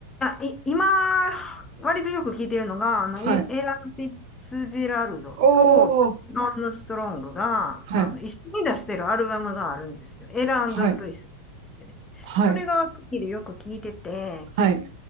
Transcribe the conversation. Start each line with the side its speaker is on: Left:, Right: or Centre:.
Left: い、今、割とよく聞いてるのが、あの、
Right: はい。
Left: エ、エラン・フィッツジェラルドと、
Right: おー
Left: ロン・ストロングが、
Right: はい、
Left: あの、一緒に出してるアルバムがあるんですよ。エラルイスってね。
Right: はい、はい、
Left: それが好きでよく聞いてて、
Right: はい。